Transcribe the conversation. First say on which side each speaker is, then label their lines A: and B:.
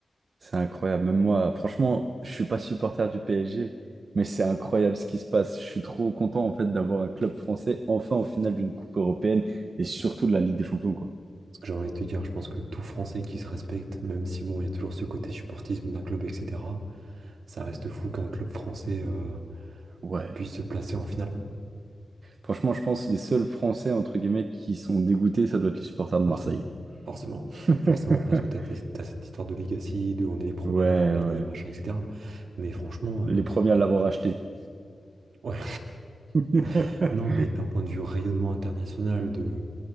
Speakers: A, on the right; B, on the right.
A: C'est incroyable. Même moi, franchement, je suis pas supporter du PSG, mais c'est incroyable ce qui se passe. Je suis trop content en fait d'avoir un club français enfin en finale d'une coupe européenne et surtout de la Ligue des Champions, quoi.
B: Ce que j'ai envie de te dire, je pense que tout Français qui se respecte, même si bon, il y a toujours ce côté supportisme d'un club, etc., ça reste fou qu'un club français euh,
A: Ouais.
B: puisse se placer en finale.
A: Franchement, je pense que les seuls Français entre guillemets qui sont dégoûtés, ça doit être les supporters de Marseille.
B: Marseille, forcément.
A: <laughs>
B: Forcément, parce que t'as, tes- t'as cette histoire de Legacy, de on est les premiers
A: Ouais,
B: à l'avoir gagné,
A: ouais.
B: machin, etc. Mais franchement, euh,
A: Les premiers à l'avoir acheté.
B: ouais,
A: <laughs>
B: <laughs> non, mais d'un point de vue rayonnement international, de